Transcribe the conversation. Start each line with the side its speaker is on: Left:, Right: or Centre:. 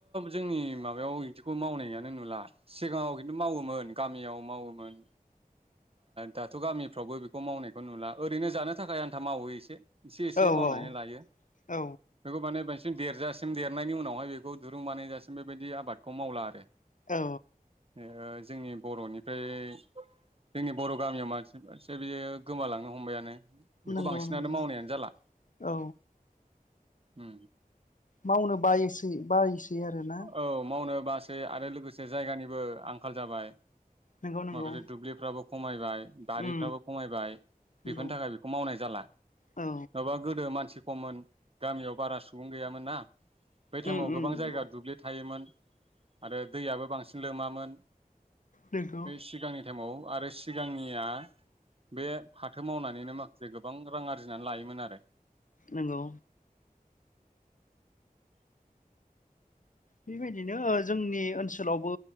Right: जोंनि माबायाव बिदिखौ मावनायानो नुला सिगाङाव खिन्थु मावोमोन गामियाव मावोमोन दाथ' गामिफ्रावबो बेखौ मावनायखौ नुला ओरैनो जानो थाखाय आन्था मावो एसे एसे एसे
Left: औ
Right: मावनानै लायो
Left: औ
Right: बेखौ माने देरजासिम देरनायनि उनावहाय बेखौ दुरुं बानायजासिम बेबायदि आबादखौ मावला आरो
Left: औ
Right: ए जोंनि बर'निफ्राय जोंनि बर' गामियाव मानसिफसे बियो गोमालांनो हमबायानो बेखौ
Left: नंगौ
Right: बांसिनानो
Left: नंगौ
Right: मावनायानो जाला
Left: औ
Right: उम
Left: मावनो बायोसै बायोसै आरोना
Right: औ मावनो बासै आरो लोगोसे जायगानिबो आं खाल जाबाय।
Left: नंगौ नंगौ
Right: माखासे दुब्लिफ्राबो खमायबाय बारिफ्राबो
Left: उम
Right: खमायबाय
Left: नंगौ
Right: बेफोरनि थाखाय बेखौ मावनाय जाला नङाबा
Left: औ
Right: गोदो मानसि खमन गामियाव बारा सुबुं गैयामोन ना बेै टाइमाव
Left: उम उम
Right: गोबां
Left: नंगौ
Right: जायगा मोन आरो दैआआबो बांसिन लोमामोन
Left: नंगौ
Right: बै सिगांनि टाइमाव आरो सिगांनिया बे फाथो मावनानैनो माखासे गो बां रां आरजिनानै लायोमोन आरो
Left: नोंगौ बेबायदिनो ओ जोंनि ओनसोलावबो